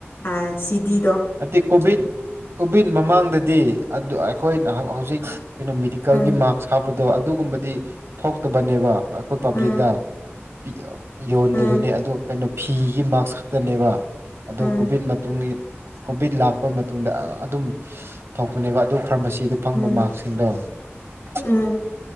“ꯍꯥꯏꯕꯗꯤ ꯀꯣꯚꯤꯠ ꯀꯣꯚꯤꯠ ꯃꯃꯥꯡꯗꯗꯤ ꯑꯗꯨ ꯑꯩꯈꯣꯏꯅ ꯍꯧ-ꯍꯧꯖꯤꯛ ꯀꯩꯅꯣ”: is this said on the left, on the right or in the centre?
Right